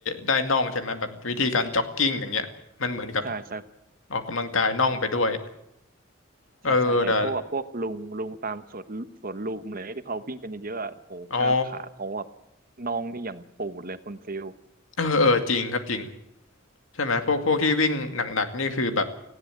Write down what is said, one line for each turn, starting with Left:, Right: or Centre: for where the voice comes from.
Left: ได้น่องใช่ไหมแบบวิธีการจ็อกกิ้งอย่างเงี้ย มันเหมือนกับ
Right: ใช่ใช่
Left: ออกกำลังกายน่องไปด้วย เออแต่
Right: ใช่ใช่เห็นพวกแบบพวกลุงลุงตามสวนสวนลุมเลยที่เขาวิ่งกันเยอะๆอะโอ้โหกล้ามขาเขาแบบ
Left: อ๋อ
Right: น่องนี่อย่างปูดเลยคุณฟิล
Left: เออเออจริงครับจริง ใช่ไหมพวกพวกที่วิ่งหนักๆนี่คือแบบ